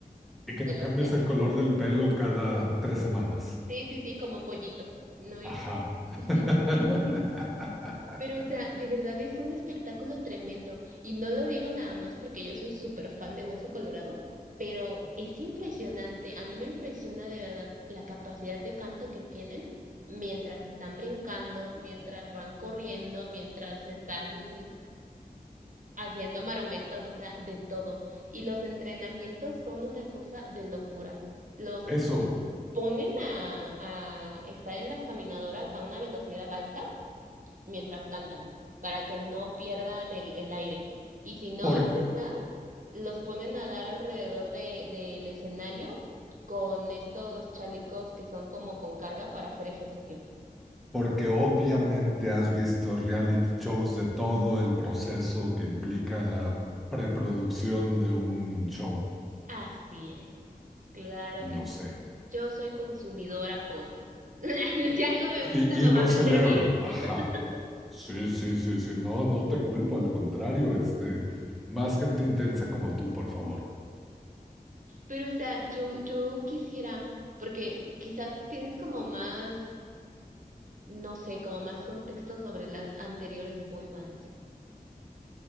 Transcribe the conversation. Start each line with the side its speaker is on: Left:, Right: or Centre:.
Centre: y que
Right: Pero
Centre: te cambies
Right: ya,
Centre: el color del pelo cada tres semanas.
Right: sí, sí, sí, como pollito, no importa.
Centre: Ajá. <laughs>
Right: <laughs> Pero, o sea, de verdad es un espectáculo tremendo. Y no lo digo nada más porque yo soy súper fan de Hueso Colorado, pero es impresionante. A mí me impresiona de verdad la capacidad de canto que tienen mientras están brincando, mientras van corriendo, mientras están haciendo marometas, o sea, de todo. Y los entrenamientos son una cosa de locura. Los,
Centre: Eso,
Right: los ponen a, a estar en las caminadoras a una velocidad alta mientras cantan, para que no pierdan el, el aire. Y si no
Centre: por-
Right: es esa, los ponen a dar alrededor de, del escenario con estos chalecos que son como con carga para hacer ejercicio.
Centre: porque obviamente has visto reality shows de todo el proceso que implica la preproducción de un show,
Right: Así es, claro
Centre: lo
Right: que
Centre: sé.
Right: yo soy consumidora a fondo. <laughs> Si algo me
Centre: Y,
Right: gusta, me
Centre: y
Right: voy
Centre: lo
Right: a meter
Centre: celebro,
Right: bien.
Centre: ajá.
Right: <laughs>
Centre: Sí, sí, sí, sí, no, no te culpo, al contrario, este, más gente intensa como tú, por favor.
Right: Pero, o sea, yo, yo quisiera, porque quizás tú tienes como más, no sé, como más contexto sobre las anteriores boy bands.